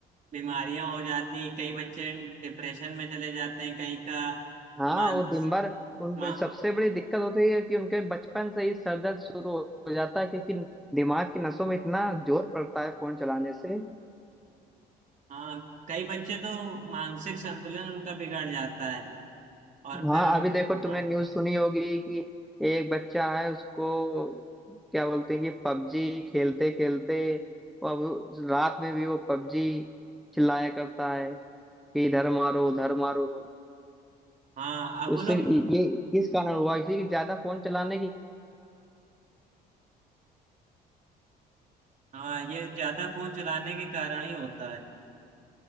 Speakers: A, on the right; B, in the centre.
A: बीमारियां हो जाती हैं कई बच्चे डिप्रेशन में चले जाते हैं कई का
B: हाँ
A: मान
B: वो दिन भर उन
A: मा,
B: पे सबसे बड़ी दिक्कत होती है कि उनके बचपन से ही सर दर्द शुरू हो जाता है क्योंकि दिमाग की नसों में इतना जोर पड़ता है फोन चलाने से
A: हाँ कई बच्चे तो मानसिक संतुलन उनका बिगड़ जाता है और
B: हाँ
A: फिर
B: अभी देखो तुमने
A: हाँ
B: न्यूज़ सुनी होगी कि एक बच्चा है उसको क्या बोलते हैं कि पबजी खेलते खेलते वो अब रात में भी वो पबजी चिल्लाया करता है कि इधर मारो उधर मारो
A: हाँ
B: तो
A: अब वो
B: उससे
A: लोग
B: ये किस कारण हुआ इसी की ज्यादा फोन चलाने की
A: हाँ ये ज्यादा फोन चलाने के कारण ही होता है